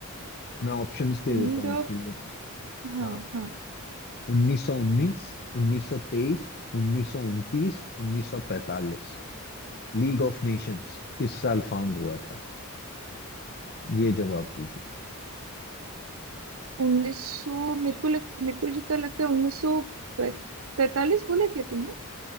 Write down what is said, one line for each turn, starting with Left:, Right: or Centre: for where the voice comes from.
Left: मैं ऑप्शंस दे
Right: Need
Left: देता हूँ इसके
Right: of
Left: लिए
Right: हाँ
Left: हाँ
Right: हाँ
Left: 1919 1923 1929 1945 लीग ऑफ नेशंस किस साल फाउंड हुआ था ये जवाब दीजिए
Right: उन्नीस सौ मेरे को लग मेरे को जितना लगता है उन्नीस सौ पैतालीस बोला क्या तुमने